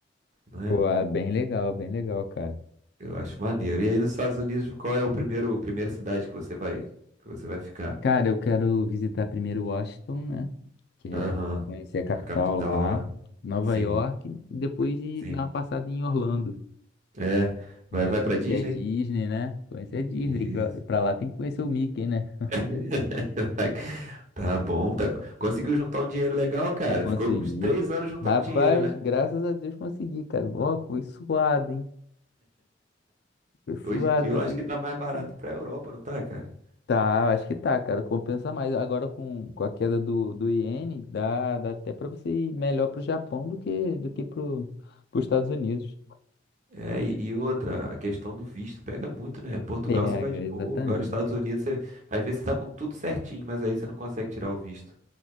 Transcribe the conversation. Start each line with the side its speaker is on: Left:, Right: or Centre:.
Right: né?
Left: Pô, é bem legal, bem legal, cara.
Right: Eu acho maneiro. E aí nos Estados Unidos, qual é o primeiro, primeira cidade que você vai, que você vai ficar?
Left: Cara, eu quero visitar primeiro Washington, né? Que é
Right: Aham.
Left: conhecer a capital
Right: A capital
Left: lá,
Right: lá.
Left: Nova
Right: Sim,
Left: York, e depois ir
Right: sim.
Left: dar uma passada em Orlando.
Right: É.
Left: É,
Right: Vai, vai
Left: pra
Right: pra
Left: conhecer
Right: Disney?
Left: a Disney, né? Conhecer a Disney,
Right: Isso.
Left: que lá- pra lá tem que conhecer o Mickey, né?
Right: <laughs> Vai- Tá bom, tá... conseguiu juntar um dinheiro legal, cara.
Left: Consegui.
Right: Ficou uns três anos juntando
Left: Rapaz,
Right: dinheiro, né?
Left: graças a Deus consegui, cara. Ó, foi suado, hein? Foi suado
Right: Hoje em dia eu
Left: consegui.
Right: acho que tá
Left: vender.
Right: mais barato ir pra Europa, não tá, cara?
Left: Tá, acho que tá, cara. Compensa mais. Agora com, com a queda do, do iene, dá, dá até pra você ir melhor pro Japão do que, do que pro, pros Estados Unidos.
Right: É, e, e outra, a questão do visto pega muito, né? Portugal
Left: Pega,
Right: você vai de
Left: exatamente.
Right: boa, agora Estados Unidos você, às vezes você tá com tudo certinho, mas aí você não consegue tirar o visto.